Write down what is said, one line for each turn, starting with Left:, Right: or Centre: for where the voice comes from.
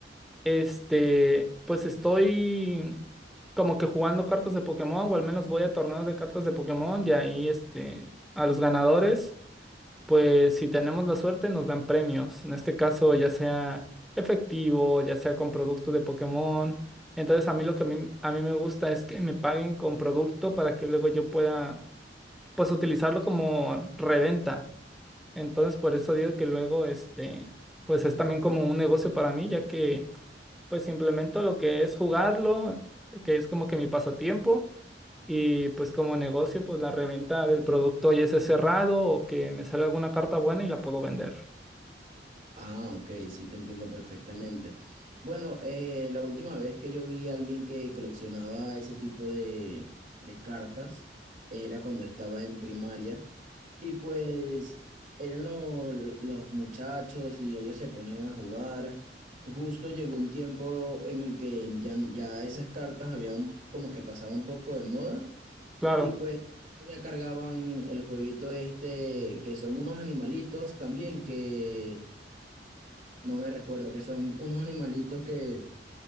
Centre: Este, pues estoy como que jugando cartas de Pokémon o al menos voy a torneos de cartas de Pokémon y ahí este, a los ganadores pues si tenemos la suerte nos dan premios, en este caso ya sea efectivo, ya sea con producto de Pokémon. Entonces a mí lo que a mí, a mí me gusta es que me paguen con producto para que luego yo pueda pues utilizarlo como reventa. Entonces por eso digo que luego este pues es también como un negocio para mí, ya que pues implemento lo que es jugarlo, que es como que mi pasatiempo. Y pues como negocio, pues la reventa del producto ya esté cerrado o que me sale alguna carta buena y la puedo vender.
Right: Ah, ok, sí, te entiendo perfectamente. Bueno, eh, la última vez que yo vi a alguien que coleccionaba ese tipo de, de cartas era cuando estaba en primaria. Y pues eran lo- los muchachos y ellos se ponían a jugar. Justo llegó un tiempo en el que ya, ya esas cartas habían como que pasado un poco de moda
Centre: Claro,
Right: y pues ya cargaban el jueguito este que son unos animalitos también que no me recuerdo, que son unos animalitos que